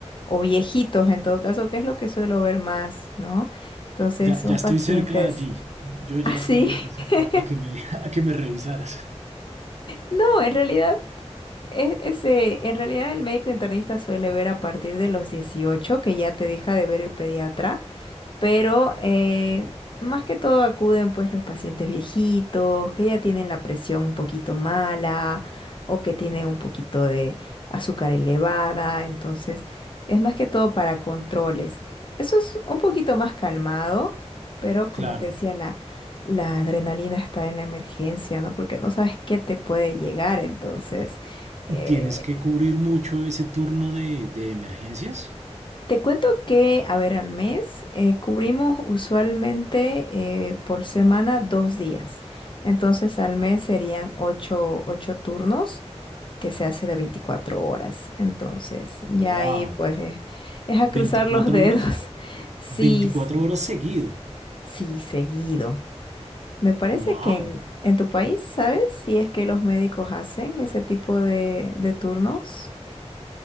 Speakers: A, on the left; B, on the right.
A: o viejitos en todo caso, que es lo que suelo ver más, ¿no? Entonces,
B: Ya,
A: son
B: ya estoy
A: pacientes
B: cerca allí. Yo ya
A: así.
B: estaría cerca
A: <laughs>
B: a que me, <laughs> a que me revisaras.
A: No, en realidad. e- ese, en realidad el médico internista suele ver a partir de los 18 que ya te deja de ver el pediatra, pero eh, más que todo acuden pues los pacientes viejitos, que ya tienen la presión un poquito mala o que tienen un poquito de azúcar elevada, entonces es más que todo para controles. Eso es un poquito más calmado, pero
B: Claro.
A: como te decía, la, la adrenalina está en la emergencia, ¿no? Porque no sabes qué te puede llegar, entonces eh,
B: ¿Y tienes que cubrir mucho ese turno de, de emergencias?
A: Te cuento que, a ver, al mes eh, cubrimos usualmente eh, por semana dos días. Entonces al mes serían ocho, ocho turnos que se hace de 24 horas. Entonces ya
B: Wow.
A: ahí pues eh, es a
B: veinticuatro
A: cruzar los dedos.
B: horas?
A: <laughs> Sí,
B: veinticuatro
A: s-
B: horas seguido.
A: sí, seguido. Me parece
B: Wow.
A: que en, en tu país, ¿sabes? Si es que los médicos hacen ese tipo de, de turnos.